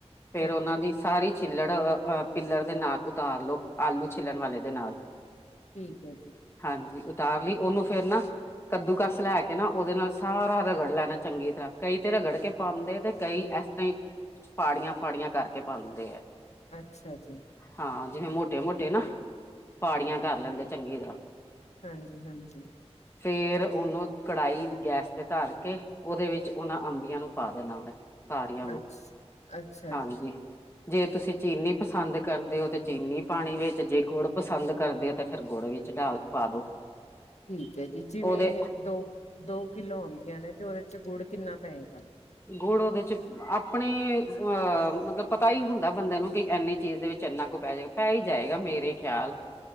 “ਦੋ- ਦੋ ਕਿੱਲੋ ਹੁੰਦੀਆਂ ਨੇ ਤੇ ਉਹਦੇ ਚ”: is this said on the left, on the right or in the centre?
Left